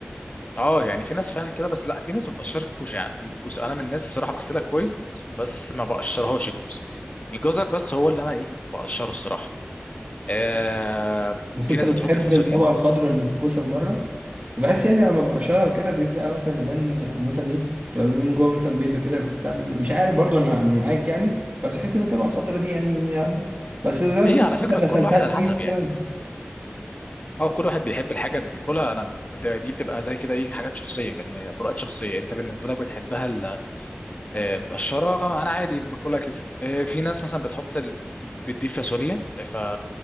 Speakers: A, on the left; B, on the right.
A: اه يعني في ناس فعلا كده بس لا في ناس ما بتقشرش الكوسه يعني أما الكوسه انا من الناس الصراحه بغسلها كويس بس ما بقشرهاش الكوسه الجزر بس هو اللي انا ايه بقشره الصراحه آه
B: بس
A: في
B: انت
A: ناس
B: بتحب
A: بتحط الفاصوليا
B: الطبقه الخضراء اللي في الكوسه من بره بحس يعني لما ببقى شارع وكده بيبدا مثلا يبان يعني مثلا ايه تبقى من جوه مثلا بيضه كده بحسها مش عارف برضو انا انا معاك يعني بس بحس ان الطبقه الخضراء دي يعني آه، بس زي ما
A: هي
B: تكون
A: على فكره
B: انت
A: كل
B: غسلتها
A: واحد
B: كويس
A: على حسب يعني
B: كمان
A: هو كل واحد بيحب الحاجه اللي بياكلها انا ب- انت دي بتبقى زي كده ايه حاجات شخصيه يعني فروقات شخصيه انت بالنسبه لك بتحبها آه، متقشره انا عادي باكلها كده آه، في ناس مثلا بتحط ال... بتضيف فاصوليا ف